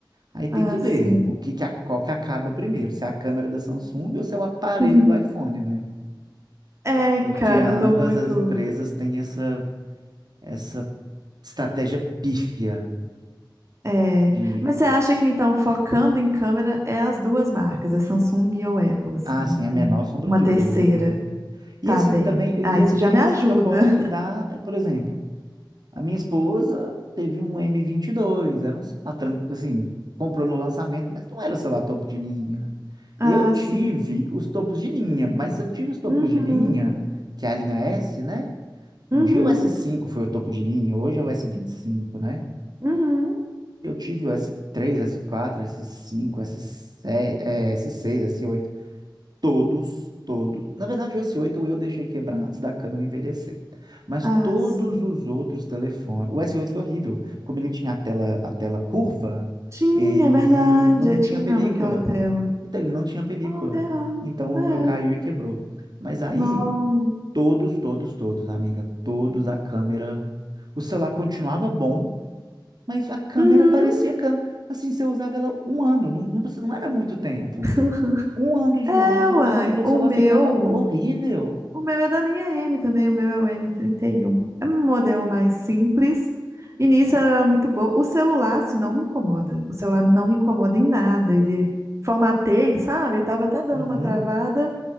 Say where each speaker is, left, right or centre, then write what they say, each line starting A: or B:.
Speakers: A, on the right; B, on the right.
A: Aí tem
B: ah,
A: que ver
B: sim.
A: o que que a, qual que acaba primeiro, se é a câmera da Samsung ou se é o aparelho
B: <laughs>
A: do iPhone, né?
B: É,
A: Porque
B: cara,
A: ambas
B: eu tô muito.
A: as empresas têm essa, essa estratégia pífia
B: É.
A: de,
B: Mas você acha que então, focando em câmera, é as duas marcas, é Samsung ou Apple, assim,
A: ah,
B: não
A: sem
B: tem
A: a menor sombra
B: uma
A: de
B: terceira?
A: dúvida. E
B: Tá
A: assim,
B: bem.
A: também,
B: Ah,
A: e
B: isso
A: a experiência
B: já me ajuda.
A: que eu posso
B: <laughs>
A: te dar, é, por exemplo, A minha esposa teve um m vinte e dois, era um celular, tran- assim, comprou no lançamento, mas não era celular topo de linha.
B: Ah,
A: Eu tive
B: sim.
A: os topos de linha, mas eu tive os topos
B: Uhum,
A: de linha, que é a linha S, né?
B: uhum,
A: Um dia o s cinco foi o topo de linha, hoje é o s vinte e cinco, né?
B: uhum.
A: Eu tive o s três, s quatro, s cinco, S6, s seis, s oito. Todos, todos. Na verdade, o S8 eu deixei quebrar antes da câmera envelhecer. Mas
B: Ah,
A: todos
B: sim.
A: os outros telefones. O S8 foi horrível. Como ele tinha a tela, a tela curva,
B: Tinha,
A: ele
B: é verdade.
A: não
B: Eu
A: tinha
B: tinha
A: película.
B: amo aquela tela.
A: Então, ele não tinha película.
B: Oh, real.
A: Então, o
B: É.
A: meu caiu e quebrou. Mas aí,
B: Não.
A: todos, todos, todos, amiga, todos a câmera. O celular continuava bom, mas a câmera
B: Uhum.
A: parecia câmera. Assim, se eu usava ela um ano, não, não, precisa- não era muito tempo.
B: <laughs>
A: Um ano de
B: É,
A: uso,
B: uai.
A: a câmera do
B: O
A: celular
B: meu.
A: ficava horrível.
B: O meu é da linha M também. O meu é o m trinta e um É um modelo mais simples. E nisso era muito bom. O celular, se não me incomoda. O celular não me incomoda em nada. Ele formatei, sabe? Tava até dando
A: Uhum.
B: uma travada.